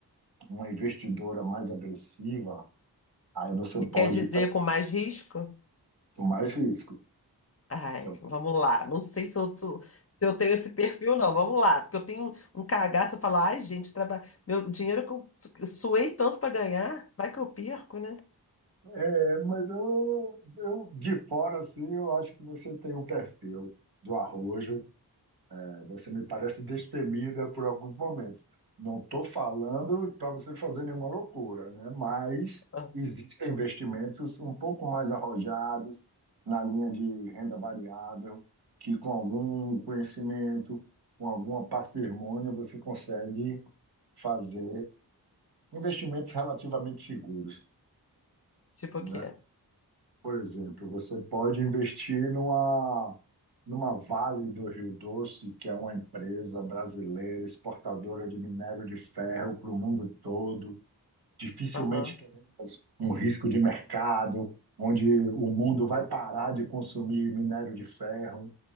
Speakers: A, on the right; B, on the left.
A: uma investidora mais agressiva, aí você
B: E
A: pode
B: quer dizer
A: ter
B: com mais risco?
A: mais riscos.
B: Ai,
A: Então,
B: vamos lá. Não sei se eu, sou- se eu tenho esse perfil, não. Vamos lá. Porque eu tenho um cagaço, eu falo, ai, gente, traba... meu dinheiro que eu suei tanto pra ganhar, vai que eu perco, né?
A: É, mas eu, eu de fora assim, eu acho que você tem um perfil do arrojo. Você me parece destemida por alguns momentos. Não estou falando para você fazer nenhuma loucura, né? Mas
B: Ah,
A: existem investimentos um pouco mais arrojados na linha de renda variável, que com algum conhecimento, com alguma parcimônia, você consegue fazer investimentos relativamente seguros,
B: tipo
A: né?
B: o quê?
A: Por exemplo, você pode investir numa, numa Vale do Rio Doce, que é uma empresa brasileira exportadora de minério de ferro para o mundo todo. Dificilmente
B: Aham.
A: teremos um risco de mercado, onde o mundo vai parar de consumir minério de ferro.